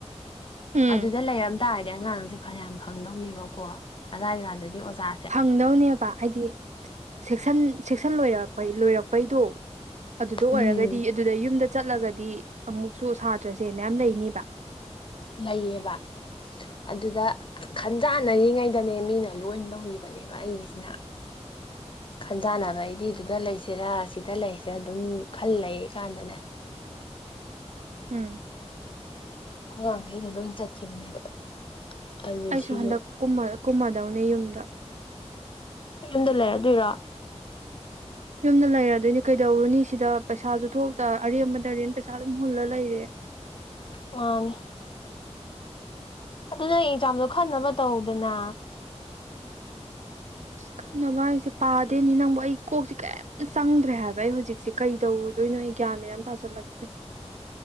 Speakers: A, on the right; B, on the left.
A: ꯎꯝ
B: ꯑꯗꯨꯗ ꯂꯩꯔꯝ ꯇꯥꯔꯗꯤ ꯑꯉꯥꯡꯁꯦ ꯐꯅꯌꯥꯝ ꯐꯪꯗꯧꯅꯦꯕꯀꯣ ꯑꯗꯥꯋꯥꯏꯀꯥꯟꯗꯗꯤ ꯑꯣꯖꯥ
A: ꯐꯪꯗꯧꯅꯦꯕ ꯍꯥꯏꯗꯤ ꯁꯦꯝꯛꯁꯟ ꯁꯦꯛꯁꯟ ꯂꯣꯏꯔꯛꯄꯩ ꯂꯣꯏꯔꯛꯄꯩꯗꯣ ꯑꯗꯨꯗ
B: ꯎꯝ
A: ꯑꯣꯏꯔꯒꯗꯤ ꯑꯗꯨꯗ ꯌꯨꯝꯗ ꯆꯠꯂꯒꯗꯤ ꯑꯃꯨꯛꯁꯨ ꯁꯥꯇ꯭ꯔꯁꯦ ꯃꯌꯥꯝ ꯂꯩꯅꯤꯕ
B: ꯂꯩꯥꯌꯦꯕ ꯑꯗꯨꯗ ꯈꯟꯖꯥꯟꯅꯔꯤꯉꯩꯗꯅꯦ ꯃꯤꯅ ꯂꯣꯏ ꯂꯧꯈꯤꯕꯅꯦꯕ ꯑꯩꯒꯤꯁꯤꯅ
A: <inaudible>
B: ꯈꯟꯖꯥꯟꯅꯕ ꯑꯩꯗꯤ ꯑꯗꯨꯗ ꯂꯩꯁꯤꯔꯥ ꯁꯤꯗ ꯂꯩꯔꯤꯁꯤꯔꯥ ꯑꯗꯨꯝ ꯈꯜ ꯂꯩꯔꯤꯀꯥꯟꯗꯅꯦ
A: ꯎꯝ
B: ꯑꯉꯥꯡꯈꯩꯅ ꯂꯣꯏ ꯆꯠꯈꯤꯕꯅꯦꯕ ꯑꯗꯨ
A: ꯑꯩꯁꯨ
B: ꯁꯤꯁꯨ
A: ꯍꯟꯗꯛ ꯀꯨꯝꯃ ꯀꯨꯝꯃꯗꯧꯅꯦ ꯌꯨꯝꯗ
B: ꯌꯨꯝꯗ ꯂꯩꯔ ꯗꯨꯏꯔꯣ
A: ꯌꯨꯝꯗ ꯂꯩꯔꯗꯣꯏꯅꯤ ꯀꯩꯗꯧꯔꯨꯅꯤ ꯁꯤꯗ ꯄꯩꯁꯥꯁꯨ ꯊꯣꯛꯇ ꯑꯔꯦꯝꯕꯗ ꯔꯦꯟ ꯄꯩꯁꯥ ꯑꯗꯨꯝ ꯍꯨꯜꯂ ꯂꯩꯔꯦ
B: ꯃꯥꯅꯤ ꯑꯗꯨꯅ ꯑꯦꯛꯖꯥꯝꯗꯣ ꯈꯟꯅꯅꯕ ꯇꯧꯗꯅ
A: ꯑ ꯈꯟꯅꯕ ꯍꯥꯏꯁꯦ ꯄꯥꯗꯦꯅꯤ ꯅꯪꯕꯨ ꯑꯩ ꯀꯣꯛꯁꯦ ꯀꯩꯝꯇ ꯆꯪꯗ꯭ꯔꯦ ꯍꯥꯏꯕ ꯑꯩ ꯍꯧꯖꯤꯛꯁꯦ ꯀꯩꯗꯧ ꯑꯗꯨꯣꯏꯅꯣ ꯑꯩ ꯒ꯭ꯌꯥꯟ ꯃ ꯌꯥꯝ ꯇꯥꯥꯁꯜꯂꯛꯇ꯭ꯔꯦ